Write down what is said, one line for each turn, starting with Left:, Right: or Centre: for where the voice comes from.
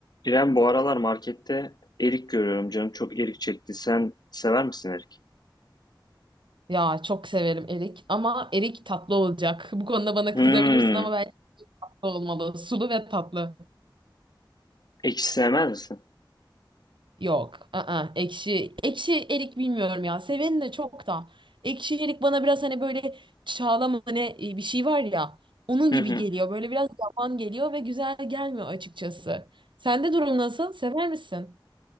Left: İrem bu aralar markette erik görüyorum. Canım çok erik çekti. Sen sever misin erik?
Right: Ya çok severim erik ama erik tatlı olacak. <laughs> Bu konuda bana
Left: Hmm,
Right: kızabilirsin ama bence tatlı olmalı. Sulu ve tatlı.
Left: ekşi sevmez misin?
Right: Yok. ı ekşi. Ekşi erik bilmiyorum ya. Seveni de çok da. Ekşi erik bana biraz hani böyle çağla mı ne e, bir şey var ya. Onun
Left: Hı
Right: gibi
Left: hı.
Right: geliyor. Böyle biraz yavan geliyor ve güzel gelmiyor açıkçası. Sende durum nasıl? Sever misin?